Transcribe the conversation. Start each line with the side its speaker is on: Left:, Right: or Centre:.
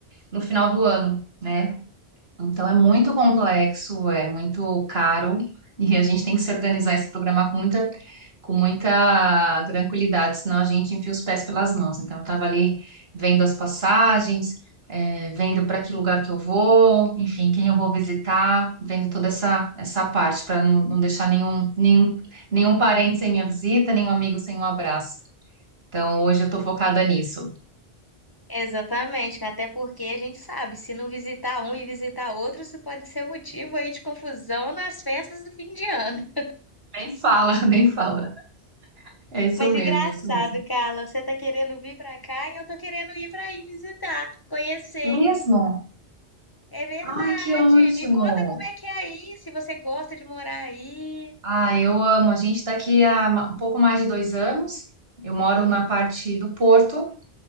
Right: no final do ano, né? Então é muito complexo, é muito caro e a gente tem que se organizar e se programar com muita, com muita tranquilidade, senão a gente enfia os pés pelas mãos. Então eu estava ali vendo as passagens, eh, vendo para que lugar que eu vou, enfim, quem eu vou visitar, vendo toda essa, essa parte para não, não deixar nenhum, nenhum, nenhum parente sem minha visita, nenhum amigo sem um abraço. Então hoje eu estou focada nisso.
Left: Exatamente, né? Até porque a gente sabe, se não visitar um e visitar outro, isso pode ser motivo aí de confusão nas festas do fim de ano.
Right: Nem fala, <laughs> nem fala. É isso
Left: Mas
Right: mesmo,
Left: engraçado,
Right: é isso mesmo.
Left: Carla, você tá querendo vir pra cá e eu tô querendo ir pra aí visitar, conhecer.
Right: Mesmo.
Left: É verdade.
Right: Ai, que ótimo!
Left: Me conta como é que é aí, se você gosta de morar aí.
Right: Ah, eu amo. A gente está aqui há ma- um pouco mais de dois anos. Eu moro na parte do Porto,